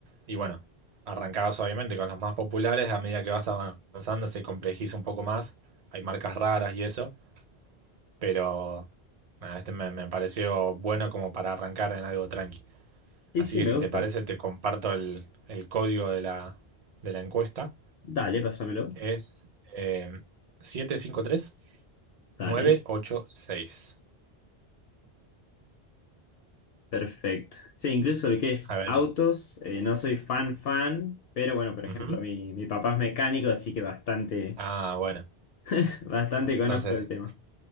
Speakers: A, on the right; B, on the left.
A: Y bueno, arrancabas obviamente con los más populares, a medida que vas avanzando se complejiza un poco más, hay marcas raras y eso, pero nada, este me, me pareció bueno como para arrancar en algo tranqui.
B: Sí,
A: Así
B: sí,
A: que
B: me
A: si
B: gusta.
A: te parece, te comparto el, el código de la, de la encuesta.
B: Dale, pásamelo.
A: Es eh, siete cinco tres
B: Dale,
A: nueve ocho seis
B: perfecto. Sí, incluso lo que es
A: A ver.
B: autos, eh, no soy fan fan, pero bueno, por
A: ujú.
B: ejemplo, mi, mi papá es mecánico, así que bastante,
A: Ah, bueno.
B: <laughs> bastante conozco
A: Entonces,
B: el tema.